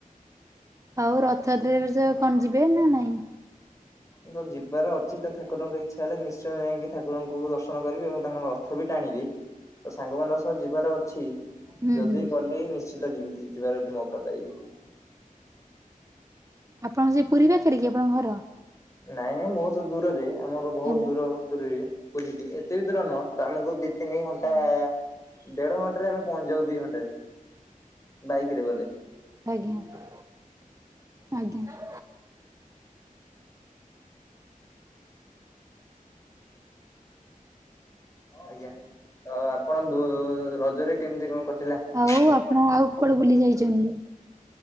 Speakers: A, on the right (about 20°); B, on the left (about 20°).
A: ଆଉ ରଥଯାତ୍ରାରେ ଏ ବର୍ଷ କଣ ଯିବେ ନା ନାହିଁ?
B: ମୋର ତ ଯିବାର ଅଛି ତ, ଠାକୁରଙ୍କ ଇଚ୍ଛା ହେଲେ ନିଶ୍ଚୟ ଯାଇଁକି ଠାକୁରଙ୍କୁ ଦର୍ଶନ କରିବି ଏବଂ ତାଙ୍କର ରଥ ବି ଟାଣିବି। ତ ସାଙ୍ଗମାନଙ୍କ ସହ ଯିବାର ଅଛି,
A: ହୁଁ
B: ଯଦି
A: ହୁଁ
B: ଗଲି ନିଶ୍ଚିତ ଯିବି, ଯିବାର ଯଦି ମଉକା ପାଇବି।
A: ଆପଣଙ୍କର ସେଇ ପୁରୀ ପାଖରେ କି, ଆପଣଙ୍କ ଘର?
B: ନାଇଁ ନାଇଁ ବହୁତୁ ଦୂରରେ, ଆମର ବହୁତ
A: ହ୍ୟାଲୋ
B: ଦୂର। ପୁରୀରେ ପୁରୀକି, ଏତେ ବି ଦୂର ନୁହଁ ତ ଆମକୁ ଦି ତିନି ଘଣ୍ଟା
A: ଆଜ୍ଞା
B: ଦେଢ ଘଣ୍ଟାରେ ଆମେ ପହଞ୍ଚିଯାଉ ଦିଇ ଘଣ୍ଟାରେ, ବାଇକରେ ଗଲେ।
A: ଆଜ୍ଞା, ଆଜ୍ଞା।
B: ଆଜ୍ଞା। ତ ଆପଣ ଦୂ-ଉ ରଜରେ କେମତି କଣ କଟିଲା?
A: ଆଉ
B: ସାଙ୍ଗ
A: ଆପଣ, ଆଉ କୁଆଡେ ବୁଲି ଯାଇଛନ୍ତି?